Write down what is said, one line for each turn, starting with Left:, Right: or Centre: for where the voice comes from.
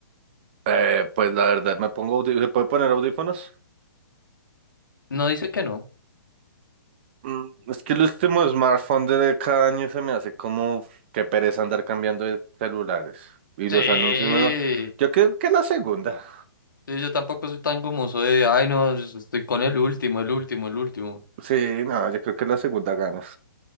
Right: Eh, pues la verdad, me pongo audí- ¿Se puede poner audífonos?
Left: No dice que no.
Right: Mm, Es que el último smartphone de cada año se me hace como que pereza andar cambiando de celulares. Y los
Left: Sí.
Right: anuncios, bueno, yo creo que la segunda.
Left: Sí, yo tampoco soy tan gomoso. soy de, ay, no, yo estoy con el último, el último, el último.
Right: Sí, no, yo creo que la segunda ganas